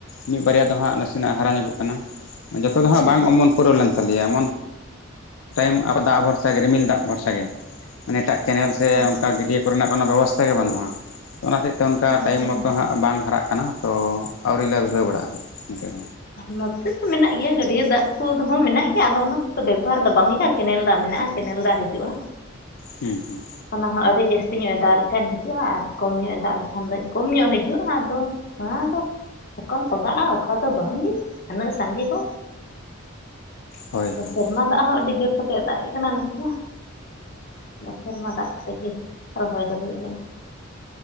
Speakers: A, on the left; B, on the left.
A: ᱢᱤᱫ ᱵᱟᱨᱭᱟ ᱫᱚ ᱦᱟᱸᱜ ᱱᱟᱥᱮᱱᱟᱜ ᱦᱟᱨᱟ ᱧᱚᱜᱚᱜ ᱠᱟᱱᱟ ᱡᱚᱛᱚ
B: ᱟᱪᱪᱷᱟ
A: ᱫᱚ ᱦᱟᱸᱜ ᱵᱟᱝ ᱚᱢᱚᱱ ᱯᱩᱨᱟᱹᱣ ᱞᱮᱱ ᱛᱟᱞᱮᱭᱟ ᱮᱢᱚᱱ ᱴᱟᱭᱤᱢ ᱟᱨ ᱫᱟᱜ ᱨᱤᱢᱤᱞ ᱫᱟᱜ ᱵᱷᱚᱨᱥᱟ ᱜᱮ ᱢᱟᱱᱮ ᱮᱴᱟᱜ ᱠᱮᱱᱮᱞ ᱥᱮ
B: ᱟᱪᱪᱷᱟ
A: ᱚᱱᱠᱟ ᱜᱟᱹᱰᱭᱟᱹ ᱠᱚ ᱠᱚᱨᱮᱱᱟᱜ ᱠᱚᱱᱳ ᱵᱮᱵᱚᱥᱛᱷᱟ ᱜᱮ ᱵᱟᱹᱱᱩᱜᱼᱟ ᱛᱚ ᱚᱱᱟ ᱦᱚᱛᱮᱡᱛᱮ ᱚᱱᱠᱟ
B: ᱟᱨ
A: ᱴᱟᱭᱤᱢ ᱢᱚᱛᱚ ᱦᱟᱸᱜ ᱵᱟᱝ ᱦᱟᱨᱟᱜ ᱠᱟᱱᱟ ᱛᱚ ᱟᱹᱣᱨᱤ ᱞᱮ ᱫᱷᱩᱨᱟᱹᱣ ᱵᱟᱲᱟᱜᱼᱟ ᱦᱟᱸᱜ ᱱᱚᱛᱮᱫᱚ
B: ᱱᱚᱛᱮ ᱫᱚ ᱢᱮᱱᱟᱜ ᱜᱮᱭᱟ ᱜᱟᱹᱰᱭᱟᱹ ᱫᱟᱜ ᱠᱚᱦᱚ ᱢᱮᱱᱟᱜ ᱜᱮᱭᱟ ᱟᱫᱚ ᱚᱱᱟ ᱠᱚᱫᱚ ᱵᱮᱵᱚᱦᱟᱨ ᱫᱚ ᱵᱟᱝ ᱦᱩᱭᱩᱜᱼᱟ ᱠᱮᱱᱮᱞ ᱫᱟᱜ ᱢᱮᱱᱟᱜᱼᱟ ᱠᱮᱱᱮᱞ ᱫᱟᱜ ᱦᱤᱡᱩᱜᱼᱟ
A: ᱦᱩᱸ - ᱦᱩᱸ
B: ᱚᱱᱟ ᱦᱚᱸ ᱟᱹᱰᱤ ᱡᱟᱹᱥᱛᱤ ᱧᱚᱜ ᱮ ᱫᱟᱜ ᱞᱮᱠᱷᱟᱱ ᱦᱤᱡᱩᱜᱼᱟ ᱟᱨ ᱠᱚᱢ ᱧᱚᱜ ᱮ ᱫᱟᱜ ᱞᱮᱠᱷᱟᱱ ᱫᱚ ᱠᱚᱢ ᱧᱚᱜ ᱦᱤᱡᱩᱜᱼᱟ ᱟᱫᱚ ᱚᱱᱟ ᱫᱚ ᱚᱠᱟᱢ ᱯᱟᱲᱟᱜᱼᱟ ᱚᱠᱟ ᱫᱚ ᱵᱟᱝᱜᱮ ᱩᱱᱟᱹᱜ ᱥᱟᱸᱜᱮ ᱦᱚᱸ
A: ᱦᱳᱭ ᱦᱳᱭ
B: ᱥᱮᱨᱢᱟ ᱫᱚ ᱫᱟᱜ ᱦᱚᱸ ᱟᱹᱰᱤ ᱡᱳᱨ ᱠᱟᱛᱮ ᱫᱟᱜᱮᱡ ᱠᱟᱱᱟ ᱱᱚᱛᱮ ᱦᱚᱸ ᱥᱮᱨᱢᱟ ᱫᱟᱜ ᱠᱚᱛᱮ ᱜᱮ ᱨᱚᱦᱚᱭ ᱫᱚ ᱦᱩᱭᱩᱜ ᱠᱟᱱᱟ